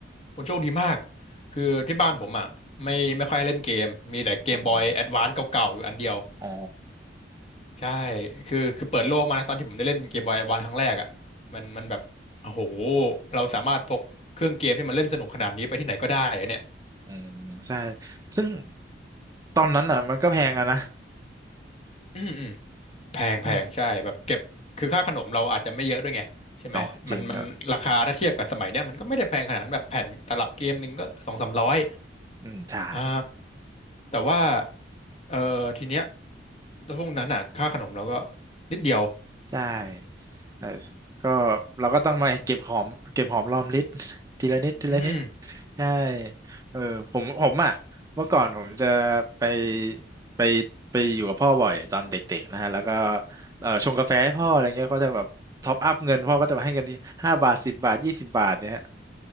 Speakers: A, on the left (about 35°); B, on the right (about 20°).
A: คุณโชคดีมาก คือที่บ้านผมอ่ะไม่ไม่ค่อยเล่นเกม มีแต่เกมบอยแอดวานซ์เก่าๆอยู่อันเดียว
B: อ๋อ อ๋อ
A: ใช่คือคือเปิดโลกมานะตอนที่ผมได้เล่นเกมบอยแอดวานซ์ครั้งแรกอ่ะมันมันแบบโอ้โห เราสามารถพกเครื่องเกมที่มันเล่นสนุกขนาดนี้ไปที่ไหนก็ได้อะเนี่ย
B: อืมใช่ซึ่งตอนนั้นอ่ะมันก็แพงอะนะ
A: อืมอืม แพงแพงใช่แบบเก็บคือค่าขนมเราอาจจะไม่เยอะด้วยไงใช่ไหมมันมันราคาถ้าเทียบกับสมัยเนี้ยมันก็ไม่ได้แพงขนาดนั้นแบบแผ่นตลับเกมหนึ่งก็สองสามร้อย
B: อ่ะต่อจริงครับอืมใช่
A: อ่าแต่ว่าเออทีเนี้ยช่วงนั้นอ่ะค่าขนมเราก็นิดเดียว
B: ใช่แต่ก็เราก็ต้องมาเก็บหอมเก็บหอมรอมริบ <laughs> ทีละนิดทีละนิด
A: อืม
B: ใช่เออผมผมอ่ะเมื่อก่อนผมจะไปไปไปอยู่กับพ่อบ่อยตอนเด็กๆนะฮะแล้วก็เออชงกาแฟให้พ่ออะไรเงี้ยก็จะแบบท็อปอัพเงินพ่อก็จะมาให้เงินที่ห้าบาทสิบบาทยี่สิบบาทเนี่ยฮะ